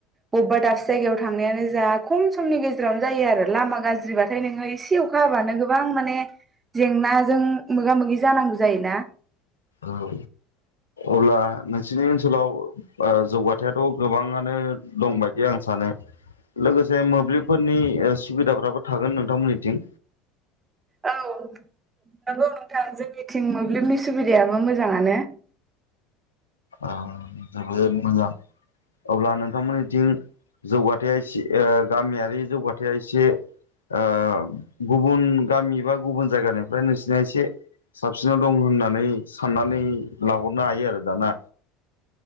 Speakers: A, on the right (about 20°); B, on the left (about 75°).
A: बबेबा दाबसे जायगायाव थांनायानो जा खम समनि गेजेरावनो जायो आरो लामा गाज्रिबाथाय नोङो एसे अखा हाबानो गोबां माने जेंनाजों मोगा मोगि जानांगौ जायो ना।
B: औ। अब्ला नोंसिनि ओनसोलाव ओ जौगाथायाथ' गोबाङानो दं बायदि आं सा नो लोगोसे मोब्लिबफोरनि ओ सुबिदाफ्राबो थागोन नोंथांमोननिथिं।
A: औ नंगौ नोंथां जोंनिथिं मोब्लिबनि सुबिदायाबो मोजाङानो।
B: अ जोबोद मोजां अब्ला नोंथांमोननिथिं जौगाथाया एसे ओ गामियारि जौगाथाया एसे ओ गुबुन गामि बा गुबुन जायगानिफ्राय नोंसिना एसे साबसिनाव दं होननानै साननानै लाहरनो हायो आरो दा ना।